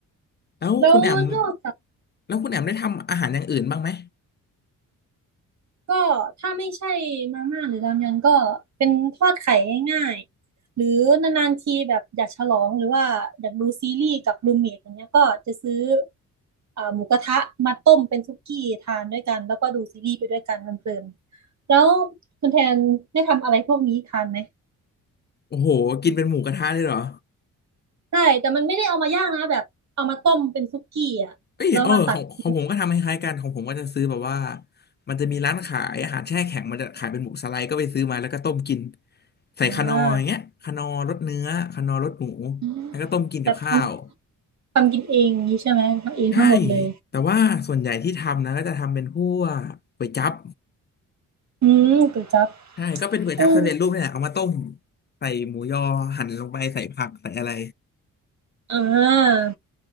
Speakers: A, on the left; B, on the right.
A: แล้วคุณแอม
B: แล้วนอกจาก
A: แล้วคุณแอมได้ทำอาหารอย่างอื่นบ้างไหม
B: ก็ถ้าไม่ใช่มาม่าหรือรามยอนก็เป็นทอดไข่ง่ายๆหรือนานๆทีแบบอยากฉลองหรือว่าอยากดูซีรีส์กับรูมเมทอย่างเงี้ยก็จะซื้อเอ่อหมูกระทะมาต้มเป็นซุกี้ทานด้วยกันแล้วก็ดูซีรีส์ไปด้วยกันเพลินๆแล้วคุณแทนได้ทำอะไรพวกนี้ทานไหม
A: โอ้โหกินเป็นหมูกระทะเลยเหรอ
B: ใช่แต่มันไม่ได้เอามาย่างนะแบบเอามาต้มเป็นซุกี้อ่ะแล้วมาตักกิน
A: เอ้ยเออของของผมก็ทำคล้ายๆกันของผมก็จะซื้อแบบว่ามันจะมีร้านขายอาหารแช่แข็งมันจะขายเป็นหมูสไลด์ก็ไปซื้อมาแล้วก็ต้มกินใส่คานอร์อย่างเงี้ยคานอร์รสเนื้อคานอร์รสหมู
B: อ่าอืม
A: แล้วก็ต้มกินกับข้าว
B: แบบทำทำกินเองนี้ใช่ไหมทำเองทั้งหมดเลย
A: ใช่แต่ว่าส่วนใหญ่ที่ทำนะก็จะทำเป็นพวกก๋วยจั๊บ
B: อืมก๋วยจั๊บ
A: ใช่ก็เป็นก๋วยจั๊บสำเร็จรูปเนี่ยเอามาต้ม
B: อืม
A: ใส่หมูยอหั่นลงไปใส่ผักใส่อะไร
B: อ่า